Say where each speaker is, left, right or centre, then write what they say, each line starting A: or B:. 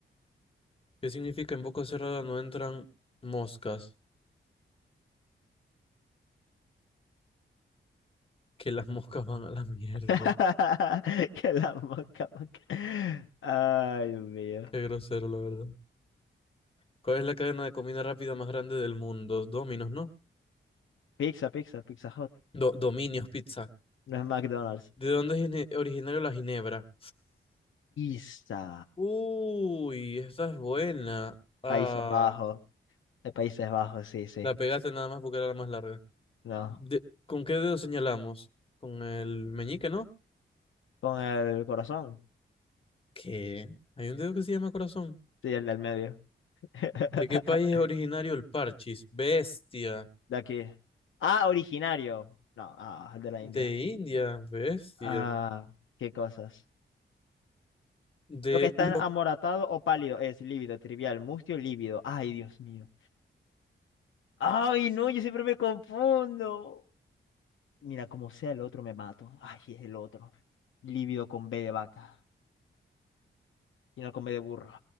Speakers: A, on the left (about 30°); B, on the left (about 85°).
A: ¿Qué significa en boca cerrada no entran moscas? Que las <laughs> moscas van a la mierda.
B: <laughs> Que la moca, moca. Ay, Dios mío.
A: Qué grosero, la verdad. ¿Cuál es la cadena de comida rápida más grande del mundo? Domino's, ¿no?
B: Pizza, pizza, Pizza Hot.
A: Do- Dominios Pizza.
B: No es McDonald's.
A: ¿De dónde es gine- originario la ginebra?
B: Isa.
A: Uy, esa es buena. Ah,
B: Países Bajos. De Países Bajos, sí, sí.
A: la pegaste nada más porque era la más larga.
B: No.
A: De- ¿con qué dedo señalamos? Con el meñique, ¿no?
B: Con el corazón.
A: ¿Qué? Hay un dedo que se llama corazón.
B: Sí, el del medio. <laughs>
A: ¿De qué país es originario el parchis? Bestia.
B: De aquí. Ah, originario. No, ah, de la
A: De
B: India.
A: India, bestia.
B: Ah, qué cosas.
A: De
B: Lo que está
A: lo...
B: amoratado o pálido es lívido, trivial, mustio, lívido. Ay, Dios mío. Ay, no, yo siempre me confundo. Mira, como sea el otro, me mato. Ay, es el otro. Lívido con B de vaca y no con B de burro.